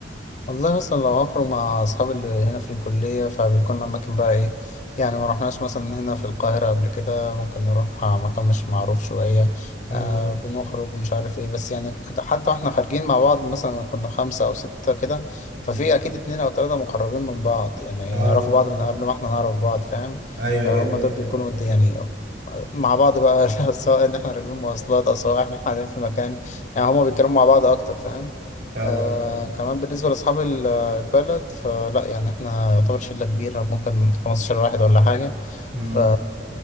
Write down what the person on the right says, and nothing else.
مم.
مم.
اه
ايوه
ايوه
فاهمك
امم